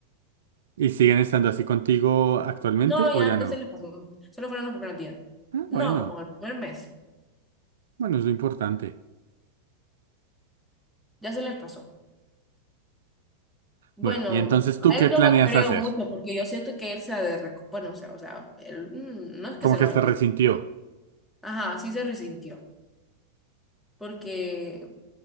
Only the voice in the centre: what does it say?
No, ya,
ya se les pasó, solo fueron los primeros días.
No,
como el primer mes,
ya se les pasó. Bueno,
a
él
yo no creo
mucho porque yo siento que él se ha de, reco- bueno, o sea, o sea, él, mm, no es que
se lo
va a
olvidar.
Ajá, sí se resintió porque